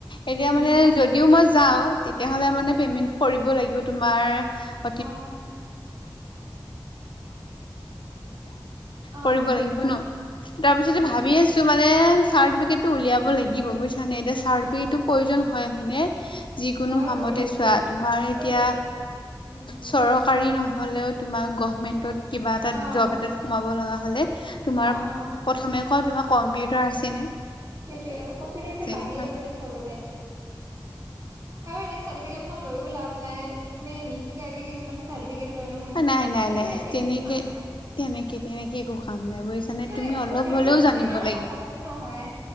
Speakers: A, on the left (about 70°); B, on the right (about 40°).
A: এতিয়া
B: উম
A: মানে যদিও মই যাও তেতিয়া হলে মানে
B: উম
A: পেমেন্ কৰিব লাগিব তোমাৰ, <inaudible>
B: অ অ
A: কৰিব
B: অ
A: লাগিব ন তাৰপিছতে
B: উম
A: ভাবি আছো। মানে চাৰ্টিফিকটটো উলিয়াব লাগিব বুজিছা নে এতিয়া চাৰ্টিফিকেটটো
B: অ
A: প্ৰয়োজন হয় হয়নে, যিকোনো
B: হয়
A: কামতে
B: পৰিব
A: চোৱা তোমাৰ
B: আৰু
A: এতিয়া
B: ব- উম
A: চৰকাৰী নহয়। হ'লেও তোমাৰ গভমেণ্টত কিবা এটা
B: অ
A: জব এটাত সোমাব লগা হ'লে। তোমাৰ
B: অ অ
A: প্ৰথমে ক তোমাৰ কম্পিউটাৰ আছে
B: সেইটোয়ে কম্পিউটাৰটো লাগেই
A: নে? <inaudible>
B: মানে আৰু এনে চটিিক লৈও লাভ নাই তুমি নি! ে কিছুমানে চাৰ্টিফিকেট লৈ নহয় ন
A: নাই
B: সেইটো
A: নাই নাই তেনেকে
B: একো কাম নাই!
A: তেনেকে তেনেকে একো কাম নাই বুজিছানে
B: মানে
A: তুমি অলপ
B: কম্পিউটাৰটো
A: হ'লেও জানিব
B: ইমান
A: লাগিব
B: সহজো নহয়।